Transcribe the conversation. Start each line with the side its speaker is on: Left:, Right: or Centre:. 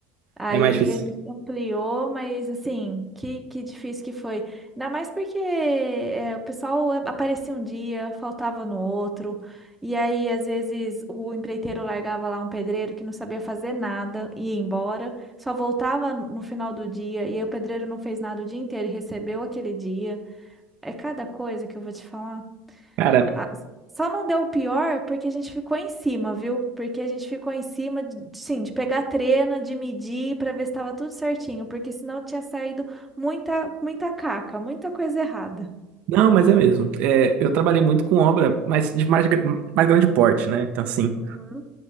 Centre: Aí
Right: É mais difícil.
Centre: a gente ampliou, mas assim, que, que difícil que foi. Ainda mais porque é, o pessoal a- aparecia um dia, faltava no outro. E aí, às vezes, o empreiteiro largava lá um pedreiro que não sabia fazer nada, ia embora, só voltava no final do dia. E aí, o pedreiro não fez nada o dia inteiro e recebeu aquele dia. É cada coisa que eu vou te falar.
Right: Cara,
Centre: Ah, Só não deu o pior porque a gente ficou em cima, viu? Porque a gente ficou em cima, de, sim, de pegar trena, de medir para ver se estava tudo certinho, porque senão tinha saído muita, muita caca, muita coisa errada.
Right: não, mas é mesmo. É, eu trabalhei muito com obra, mas de mais, gra- mais grande porte, né? Então, assim,
Centre: Uhum.